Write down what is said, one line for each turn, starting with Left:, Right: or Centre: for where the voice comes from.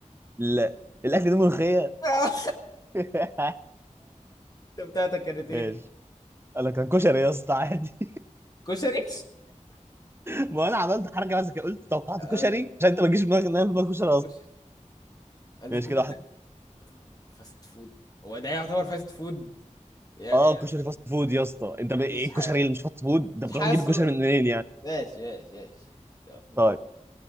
Right: لا الاكل ده ملوخيه
Left: آه،
Right: <laughs>
Left: <laughs> بتاعتك كانت ايه
Right: ماشي انا كان كشري يا اسطى عادي
Left: كشري
Right: <laughs> ما انا عملت حركه بس كده، قلت توقعت
Left: آه،
Right: كشري عشان انت ما تجيش في دماغك ان انا في دماغي كشري
Left: كشري انا
Right: ماشي
Left: كنت
Right: كده واحد
Left: آه، فاست فود هو ده يعتبر فاست فود يا-
Right: اه
Left: يا-
Right: كشري فاست فود يا اسطى انت ب... ايه
Left: مش
Right: الكشري
Left: ح...
Right: اللي مش فاست فود انت
Left: مش
Right: بتروح
Left: حاسه
Right: تجيب الكشري من منين يعني
Left: ماشي ماشي ماشي يلا
Right: طيب
Left: رب